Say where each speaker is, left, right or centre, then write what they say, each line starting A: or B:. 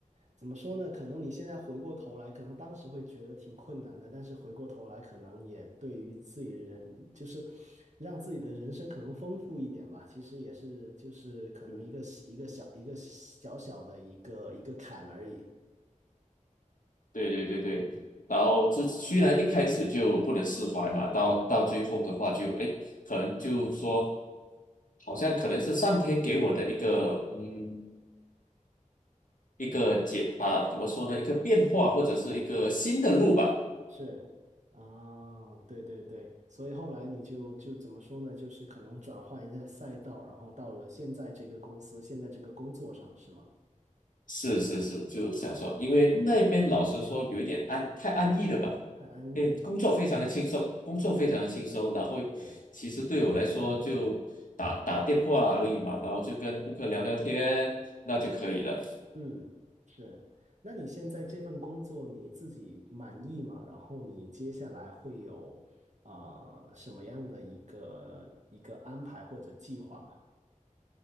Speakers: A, on the right; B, on the left.
A: 怎么说呢？可能你现在回过头来，可能当时会觉得挺困难的，但是回过头来，可能也对于自己人，就是让自己的人生可能丰富一点吧。其实也是，就是可能一个一个小一个小小的一个一个坎而已。
B: <laughs>。嗯，对对对对，
A: 嗯
B: 然后这虽然一开始就不能释怀嘛，到到最后的话就哎，
A: 嗯，
B: 诶可能就说，好像可能是上天给我的一个嗯一个解啊，怎么说呢？一个变化或者是一个新的路吧。
A: 是啊，对对对，所以后来你就就怎么说呢？就是可能转换一下赛道，然后到了现在这个公司，现在这个工作上，是吗？
B: 是是是，就想说，
A: 哦
B: 因为那边老实说有一点安，太安逸了吧？
A: 太安逸
B: 因为工作非常的轻松，工作非常的轻松，然后
A: 对，是
B: 其实对我来说就打打电话而已嘛，然后就跟顾客聊聊天，那就可以了。
A: 嗯，是。那你现在这份工作你自己满意吗？然后你接下来会有啊什么样的一个一个安排或者计划吗？